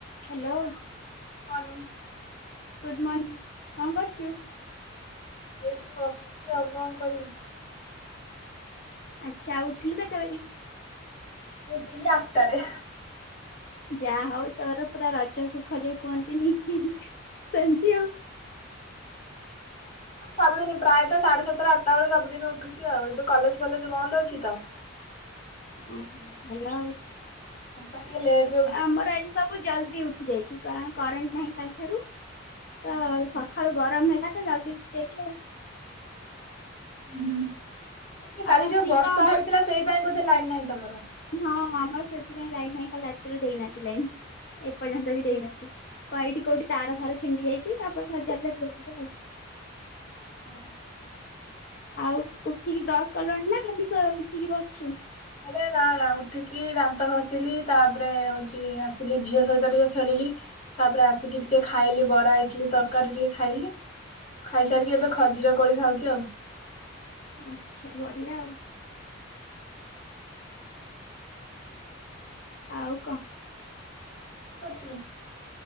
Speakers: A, on the left (about 50°); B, on the left (about 35°).
A: Hello
B: good morning
A: good morning ଙ୍କ କରୁଚୁ?
B: ଏଇଟି ବସଚି ଆଉ କଣ କରିବି।
A: ଆଚ୍ଛା ଆଉ ଉଠିଲୁ କେତେବେଳେ?
B: ମୁଁ ଉଠିଲି ଆଟ୍ ଟାରେ।
A: ଯା ହଉ ତୋର ପୁରା ରଜ ସୁଖ ଯୋଉ କୁହନ୍ତିନି ସେମତି ଆଉ।
B: ସବୁଦିନି ପ୍ରାୟତ ସାଢେ଼ ସାତଟା ଆଠଟା ବେଳେ ସବୁଦିନ ଉଠୁଛି ଆଉ ଏବେ କଲେଜ ଫଲେଜ ବନ୍ଦ ଅଛି ତ।
A: ଓହ ଭଲ ଆଉ।
B: ସେଥିପାଇଁ ଟିକେ ଲେଟ୍
A: ଆମର ଆଜି ସବୁ ଜଲଦି ଉଠି ଯାଇଚୁ। କାରଣ କରେଣ୍ଟ ନାହିଁ କାଲଠାରୁ ତ ସ ଖାଳୁ ଗରମ ହେଲା ତ ଜଲଦି ଉଠିଯାଇଛୁ ଆଉ।
B: ହୁଁ ହେଟି ଜଉ କାଲି
A: ଆଉ ଉଠିକି
B: ଯୋଉ ବର୍ଷା
A: କଣ
B: ହେଇଥିଲା ସେଇଥିପାଇଁ ବୋଧେ ଲାଇନ୍ ନାହିଁ ତମର।
A: ହଁ ଆମର ସେଥିପାଇଁ ଲାଇନ ନାହିଁ କାଲି ରାତିରୁ ଦେଇନାହାନ୍ତି ଲାଇନ। ଏ ପର୍ଯ୍ୟନ୍ତ ବି ଦେଇନାହାନ୍ତି କ ଏଇଠି କୋଉଠି ତାର ଫାର ଛିଣ୍ଡି ଯାଇଛି ତାପରେ ସଜାଡିଲେ ଦିଆଯିବ ଆଉ।
B: ଓ।
A: ଆଉ ଉଠିକି ବ୍ରଶ କଲଣି ନା ସ ଖାଲି ଉଠିକି ବସଚୁ।
B: ଆରେ ନା ନା ଉଠିକି ଦାନ୍ତ ଘ ଆସିଲି ତାପରେ ହଉଛି ଆସିଲି ଝିଅ ସହିତ ଟିକେ ଖେଳିଲି। ତାପରେ ଆସିକି ଟିକେ ଖାଇଲି ବରା ଇଟଲିି ତରକାରୀ ଟିକେ ଖାଇଲି। ଖାଇସାରିକି ଏବେ ଖଜିର କୋଳି ଖାଉଚି ଆଉ।
A: ଆଚ୍ଛା ବଢିଆ ଆଉ। ଆଉ କ
B: <unintelligible>